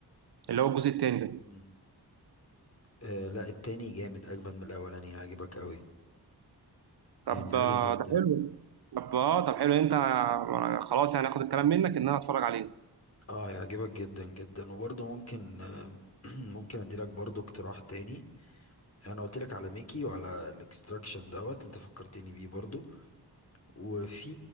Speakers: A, on the right (about 65°); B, on the left (about 35°).
A: اللي هو الجزء التاني ده
B: مم. آه لا التاني جامد اجمد من الاولاني هيعجبك قوي
A: طب
B: يعني حلو
A: آه،
B: جدا
A: ده حلو طب اه طب حلو انت آه، خلاص يعني هاخد الكلام منك ان انا اتفرج عليه
B: اه هيعجبك جدا جدا وبرضه ممكن آه، <clears throat> ممكن اديلك برضه اقتراح تاني انا قلت لك على ميكي وعلى الاكستراكشن دوت انت فكرتني بيه برضه وفي